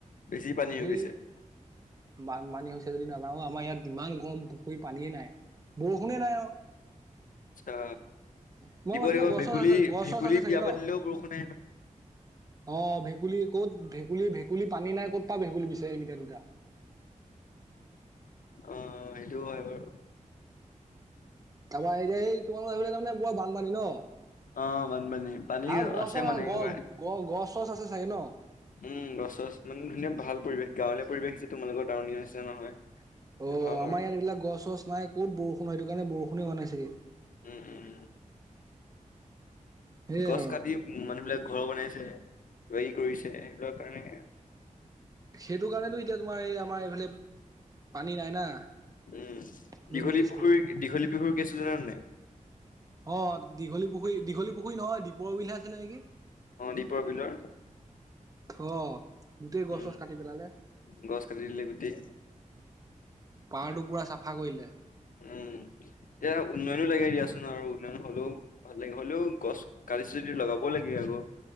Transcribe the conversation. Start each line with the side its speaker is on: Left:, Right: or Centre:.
Left: বেছি পানী
Right: সেই
Left: হৈ গৈছে।
Right: বানপানী হৈছে যদি নাজাও আমাৰ ইয়াত ইমান গৰম। পুখুৰী পানীয়ে নাই বৰষুণে নাই অ।
Left: আচ্ছা।
Right: তোমালোকৰ
Left: দিব
Right: সেইফালে
Left: দিব
Right: গছ
Left: ভেকুলী
Right: চছ আছে গছ
Left: ভেকুলী
Right: চছ আছে চাগে
Left: বিয়া
Right: ন
Left: পাতিলেও বৰষুণ
Right: অ ভেকুলী ক'ত ভেকুলী ভেকুলী পানী নাই ক'ত পা ভেকুলী বিচাৰিম এতিয়া দুটা।
Left: অ' সেইটো হয় বাৰু।
Right: তাৰপা এই যে এই তোমাৰ। অ'সেইফালে তাৰমানে পোৰা বানপানী ন
Left: অ বানপানী পানী
Right: আৰু গছৰ
Left: আছে মানে একেবাৰে
Right: গ গছ গছ খৰছ আছে চাগে ন।
Left: উম। গছ চছ মানে ধুনীয়া ভাল পৰিৱেশ গাঁৱলীয়া পৰিৱেশ হৈছে তোমালোকৰ টাউনৰ নিচিনা নহয়।
Right: অ
Left: ভাল
Right: আমাৰ
Left: আৰু
Right: ইয়াত এইবিলাক গছ চছ নাই ক'ত বৰষুণ হয়। সেইটো কাৰণে বৰষুণ হোৱা নাই চাগে।
Left: উম, উম।
Right: সেয়াই
Left: গছ
Right: আৰু
Left: কাটি মানুহ বিলাক ঘৰ বনাইছে খৰি কৰিছে। সেইবিলাক কাৰণে
Right: সেইটো কাৰণেতো এতিয়া তোমাৰ এই আমাৰ এইফালে পানী নাই না।
Left: উম।
Right: মেইন
Left: দীঘলী
Right: কেচটোৰ
Left: পুখুৰী দীঘলী পুখুৰী কেঁচু জানা নে নাই।
Right: অ'দীঘলী পুখুৰী দীঘলী পুখুৰী নহয়। দীপৰ বিলহে আছিলে নেকি।
Left: অ'দীপৰ বিলৰ।
Right: হ গোটেই গছ
Left: উম
Right: চছ কাটি পেলালে
Left: গছ কাটি দিলে গোটেই
Right: পাৰটো পুৰা। চাফা কৰিলে।
Left: উম এয়া উন্নয়নো লাগে দিয়াচোন আৰু উন্নয়ন হ'লেও ভাল লাগে হ'লেও গছ কাটিছে। যদি লগাব লাগে আকৌ।